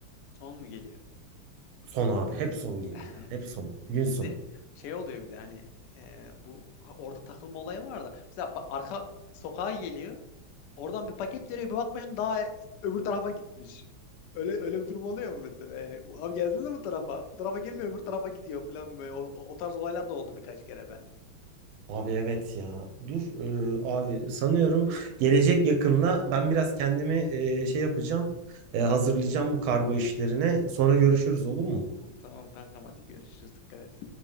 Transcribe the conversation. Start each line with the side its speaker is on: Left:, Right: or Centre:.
Left: Son mu geliyor?
Right: Son abi. Hep son gelir
Left: <laughs>
Right: ya. Hep son. Gün sonu.
Left: Bizde şey oluyor bir de hani e, bu ha- orada takılma olayı var da. Mesela bak, arka sokağa geliyor. Oradan bir paket veriyor. Bir bakmışsın daha öbür tarafa gitmiş. Öyle öyle bir durum oluyor mu mesela? Yani, abi gelsene bu tarafa. Bu tarafa gelmiyor öbür tarafa gidiyor falan böyle. O, o o tarz olaylar da oldu birkaç kere bende.
Right: Abi evet ya. Dur e, abi sanıyorum gelecek yakında ben biraz kendimi e, şey yapacağım. E, hazırlayacağım bu kargo işlerine. Sonra görüşürüz olur mu?
Left: Tamam kankam hadi görüşürüz. Dikkat et.